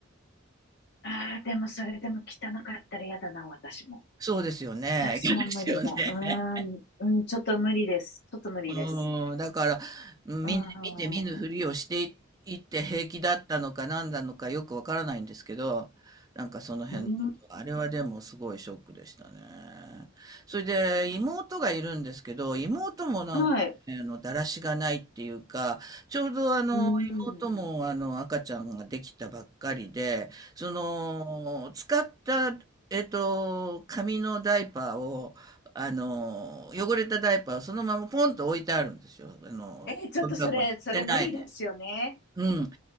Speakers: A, on the left; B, on the right.
A: ああ、でもそれでも汚かったら嫌だな、私も。
B: そうですよね。
A: 私も無理だ。
B: 嫌ですよね。
A: うーん、うん、ちょっと無理です。ちょっと無理です。
B: うん、だから、見、
A: うー
B: 見て見ぬふりをしていいって平気だったのか何なのかよくわからないんですけど、
A: ん、
B: なんかその辺のこと、
A: うん。
B: あれはでもすごいショックでしたね。それで妹がいるんですけど、妹もなんか、
A: はい。
B: ねあの、だらしがないっていうか、ちょうどあの、
A: うん。
B: 妹もあの、赤ちゃんができたばっかりで、その、使った、えっと、紙のダイパーを、あの、汚れたダイパーをそのままポンと置いてあるんですよ。あの、
A: え、ちょっとそれ、
B: ゴミ箱に捨てないで。
A: それ無理ですよね。
B: うん。